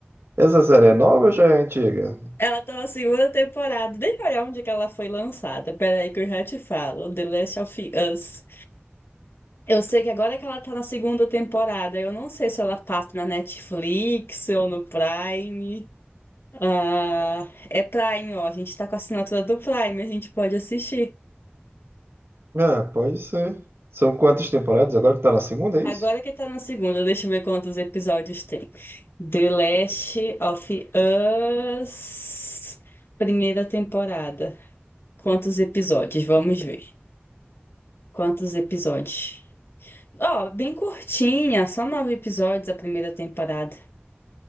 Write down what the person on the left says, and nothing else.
Ela tá na segunda temporada. Deixa eu olhar onde é que ela foi lançada. Peraí, que eu já te falo: The Last of Us. Eu sei que agora que ela tá na segunda temporada, eu não sei se ela passa na Netflix ou no Prime. Ah, é Prime, ó. A gente tá com a assinatura do Prime, a gente pode assistir.
Agora
que tá na segunda, deixa eu ver quantos episódios tem. The Last of Us, primeira temporada. Quantos episódios? Vamos ver. Quantos episódios? Ó, bem curtinha, só nove episódios a primeira temporada.